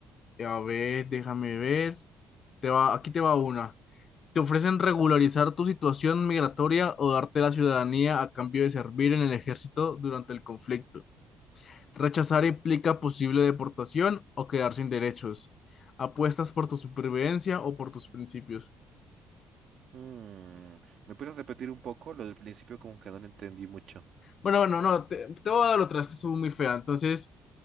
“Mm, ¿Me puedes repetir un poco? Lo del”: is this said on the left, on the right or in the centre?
Right